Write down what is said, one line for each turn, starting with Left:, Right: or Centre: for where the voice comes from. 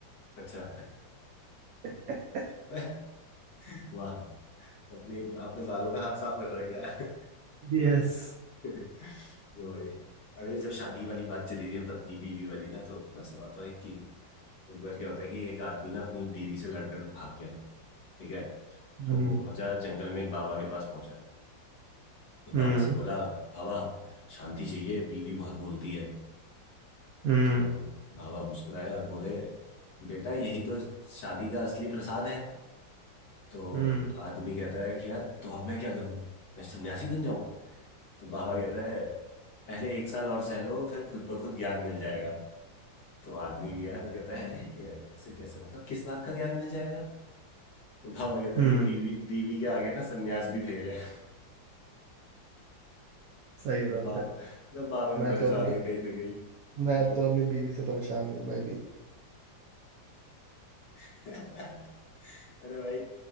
Left: अच्छा
Right: <laughs>
Left: <laughs> वाह अपने अपने बालों का हाथ साफ कर रहे हो
Right: यस
Left: क्या <laughs> यो भाई अरे जब शादी वाली बात चली रही है पत्नी बीवी वाली ना तो मैं सुनाता हूँ एक कि एक बार क्या होता है कि एक आदमी ना अपनी बीवी से लड़कर भाग गया ठीक है तो
Right: हम्म
Left: वो पहुंचा जंगल में एक बाबा के पास पहुंचा तो बाबा
Right: हम्म
Left: से बोला बाबा शांति चाहिए बीवी बहुत बोलती है
Right: हम्म
Left: तो बाबा मुस्कुराए और बोले बेटा यही तो शादी का असली प्रसाद है तो
Right: हम्म
Left: आदमी कहता है कि यार तो अब मैं क्या करूं मैं सन्यासी बन जाऊं तो बाबा कहता है पहले एक साल और सह लो फिर खुद ब खुद ज्ञान मिल जाएगा तो आदमी भी यार कहता है अरे ये ऐसे कैसे मतलब किस बात का ज्ञान मिल जाएगा तो बाबा कहता
Right: हम्म
Left: है कि बीवी बीवी के आगे ना सन्यास भी फेल है <laughs>
Right: सही
Left: तो
Right: बात
Left: बाबा
Right: है
Left: मतलब बाबा भी
Right: मैं
Left: परेशान
Right: तो अपनी
Left: है कहीं ना कहीं
Right: मैं तो अपनी बीवी से परेशान हूँ मैं भी
Left: <laughs> अरे भाई